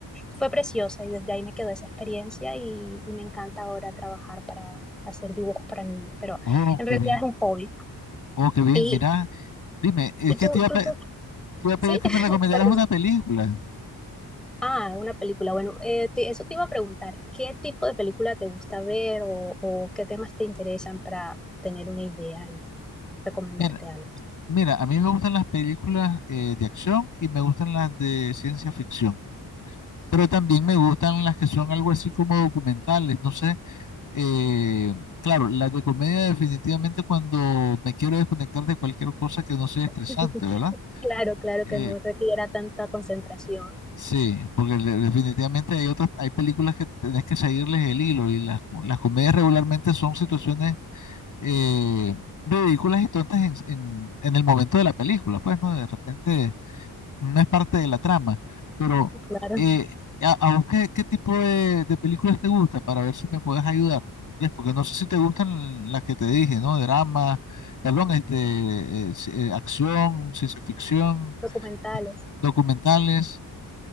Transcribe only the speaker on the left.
Oh,
qué
bien.
Oh, qué bien.
Mira, dime, es
que
te iba a,
pe-
te iba a pedir
que
me recomendaras
una película.
Mira,
mira, a mí me gustan las películas eh, de acción y me gustan las de ciencia ficción. Pero también me gustan las que son algo así como documentales. No sé. Eh, claro, las de comedia definitivamente cuando me quiero desconectar de cualquier cosa que no sea estresante,
¿verdad?
Eh,
sí, porque le- definitivamente hay otras, hay películas que tenés que seguirles el hilo y las, las comedias regularmente son situaciones eh, ridículas y tontas en, en- en el momento de la película, pues, ¿no? De repente no es parte de la trama, pero
eh, a, a vos qué, qué tipo de, de películas te gusta para ver si me puedes ayudar. ¿Ves? Porque no sé si te gustan las que te dije, ¿no? Drama, perdón, este, eh, ci- eh, acción, ciencia ficción,
documentales.